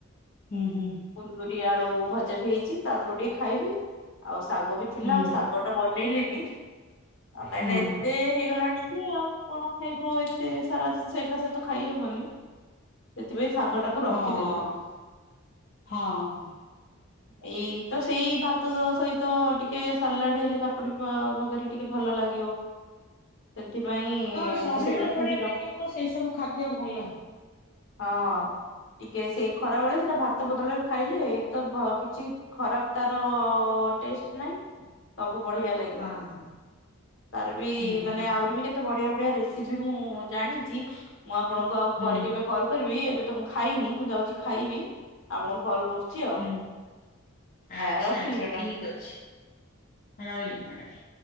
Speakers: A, on the left (about 40°); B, on the left (about 60°).
A: ହୁଁ ହୁଁ
B: କୁନ୍ଦୁରି ଆଳୁ ଭଜା ବି ହେଇଛି ତା ଦେହରୁ ଟିକେ ଖାଇବି ଆଉ ଶାଗ ବି ଥିଲା
A: ହୁଁ
B: ଆଉ ଶାଗଟା ବନେଇଲିନି ଆଉ କାଇଁକି
A: ହୁଁ
B: ଏତେ ହେଇଗଲାଣି କି ଆଉ କଣ ଖାଇବ ଆଉ ଏତେ ସାରା ଜିନିଷ। ତା ସହିତ ଖାଇ ହବନି ସେଥିପାଇଁ ଶାଗ ଟାକୁ
A: ହଁ
B: ରଖିଦେଲୁ।
A: ହଁ
B: ଏଇ ତ ସେଇ ଭାତ ସହିତ ଟିକେ ସାଲାଡ ହେଲେ କାକୁଡି ବଗରା ଟିକେ ଭଲ ଲାଗିବ। ସେଥିପାଇଁ
A: ତ ଶରୀର
B: ମୁଁ ସେଇଟାକୁ
A: ଝଡିବା
B: ହିଁ ରଖ
A: ପାଇଁ ହେଲେ ତ ସେଇ ସବୁ ଖାଦ୍ୟ ଭଲ।
B: ହଁ ଟିକେ ସେ ଖରା ବେଳେ ସେଟା ଭାତ ବଦଳରେ ଖାଇଲେ ଏଇ ତ କିଛି ଖରାପ ତାର ଟେଷ୍ଟ ନାଇଁ ସବୁ ବଢିଆ
A: ହଁ
B: ଲାଗିବ
A: ହଁ।
B: ତାର ବି
A: ହୁଁ ହୁଁ
B: ମାନେ
A: ହୁଁ
B: ଆହୁରି ବି କେତେ ଏତେ ବଢିଆ ବଢିଆ ରେସିପି ମୁଁ ଜାଣିଛି ମୁଁ ଆପଣଙ୍କୁ ଆଉ
A: ହୁଁ
B: ପରେ କେବେ କଲ କରିବି ଏବେ ତ ମୁଁ ଖାଇନି ମୁଁ ଯାଉଛି ଖାଇବି ଆପଣଙ୍କୁ କଲ୍ କରୁଛି। ଆଉ
A: ହୁଁ ଆଚ୍ଛା
B: ଆ ରଖିଲି
A: ଆଚ୍ଛା
B: ମ୍ୟାଡ଼ାମ।
A: ଠିକ ଅଛି ରହିଲି ମାଡ଼ାମ।